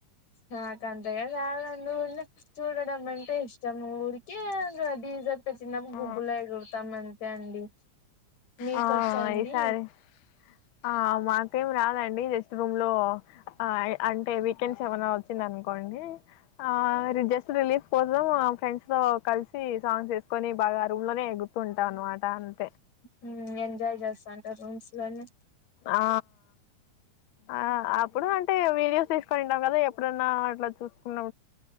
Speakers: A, on the left; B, on the left.
A: నాక్కంతం ఏం రాదు ఊర్న చూడడమ్ అంటే ఇష్టం. ఊరికే అట్లా డీ. జె వచిన్నను
B: ఆ
A: గుంపులో ఎగురూతం తే అండి మీకొచ్చండి
B: ఆ ఈ సారీ ఆ మాకేం రాదండి. జస్ట్ రూమ్ లో ఆ అంటే వీకెండ్స్ ఏమనా వచ్చిందనుకోండి. ఆ జస్ట్ రిలీఫ్ పోత్ ం ఫ్రెండ్స్ తో కలిసి సాంగ్స్ వేసుకొని బాగా రూమ్ లోనే ఎగుర్తూ ఉంటాం అనమాట అ
A: ఉ ఎంత ఎంజాయ్ చేస్తా ఉంటా రూమ్ లోనే <unintelligible>
B: ఆ ఆ అప్పుడు అంటే వీళ్ళ వ తీసుకునింటాం కదా ఎప్పుడన్నా అట్లా చూసుకున్న